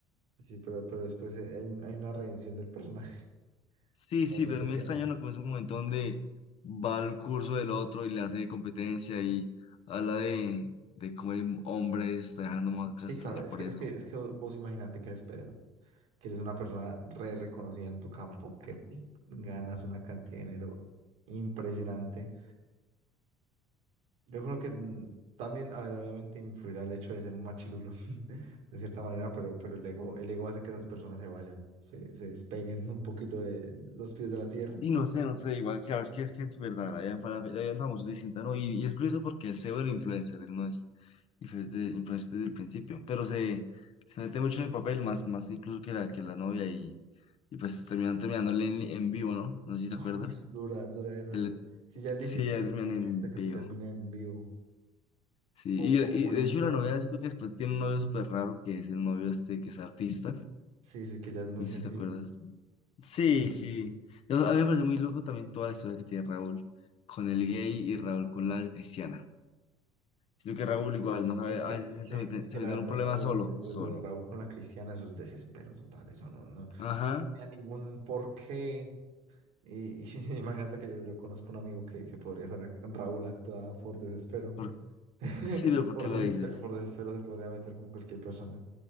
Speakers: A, on the right (about 75°); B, on the left (about 55°).
A: Sí, pero, pero después eh, hay, un- hay una redención del personaje. <laughs>
B: Sí,
A: No,
B: sí,
A: no
B: pero
A: se
B: es muy
A: queda.
B: extraño, ¿no? Como ese momento donde va al curso del otro y le hace competencia y habla de, de cómo el hombre se está dejando más castrar
A: Sí, claro, es
B: por
A: que,
B: eso.
A: es que, es que vos imagínate que eres Pedro, que eres una persona re reconocida en tu campo, que ganas una cantidad de dinero impresionante. Yo creo que mm, también, a ver, obviamente influirá el hecho de ser un machirulo, <laughs> de cierta manera, pero, pero el ego, el ego hace que esas personas se vayan, se, se despeguen un poquito de los pies de la tierra.
B: Y no sé, no sé, igual, claro, es que es que es verdad, allá en Farah- allá el famoso distinta, ¿no? Y, y es curioso porque él se vuelve influencer, él no es influencer, de- influencer desde el principio, pero se,
A: Sí.
B: se mete mucho en el papel, más, más incluso que la, que la novia, y, y pues terminan terminándole en, en vivo, ¿no? No sé si te
A: <laughs>
B: acuerdas.
A: Uf, dura, dura esa.
B: Él-
A: Si ya es difícil
B: sí, ya
A: terminar,
B: terminan
A: imagínate
B: en
A: que
B: vivo,
A: termine en vivo.
B: sí,
A: ¿Cómo,
B: y, y
A: cómo manejas
B: de hecho
A: esas?
B: la novia siento que después tiene un novio súper raro, que es el novio este que es artista,
A: Sí, sí, que ya es muy
B: no sé
A: sensible.
B: si te acuerdas. Sí, sí. Yo- A mí me parece muy loco también toda la historia que tiene Raúl con el gay y Raúl con la cristiana. Sino que Raúl igual no sabe,
A: Es que,
B: a veces
A: es que,
B: se mete,
A: es
B: se
A: que
B: mete
A: la
B: en
A: verdad,
B: un problema
A: a
B: solo,
A: ver, lo, lo-
B: solo.
A: lo de Raúl con la Cristiana, eso es desespero total, eso no, no
B: Ajá.
A: tenía ningún porqué. Y, y <laughs> imagínate que yo, yo conozco un amigo que, que podría ser la- Raúl actuada por desespero.
B: Por-
A: <laughs>
B: sí, pero ¿por
A: Por
B: qué lo
A: desespero,
B: dices?
A: por desespero se podría meter con cualquier persona.